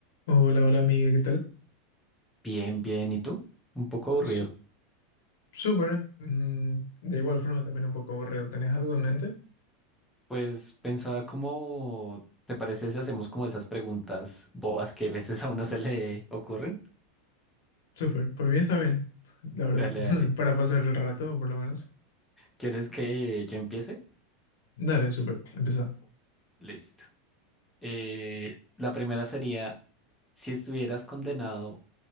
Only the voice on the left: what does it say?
Hola, hola amiga, ¿qué tal?
Su- súper. mm, de igual forma también un poco aburrido. ¿Tenés algo en mente?
Súper. Por mí está bien, la verdad.
<laughs>
Para pasar el rato, por lo menos.
Dale, súper. Empezá.